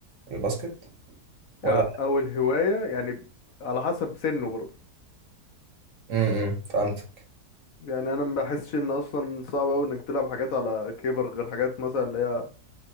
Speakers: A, on the right; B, on the left.
A: الباسكت
B: يعني
A: ولا لا
B: اول هواية يعني على حسب سنه برضه
A: امم فهمتك
B: يعني انا ما بحسش ان اصلا صعب اوي انك تلعب حاجات على كبر غير حاجات مثلا اللي هي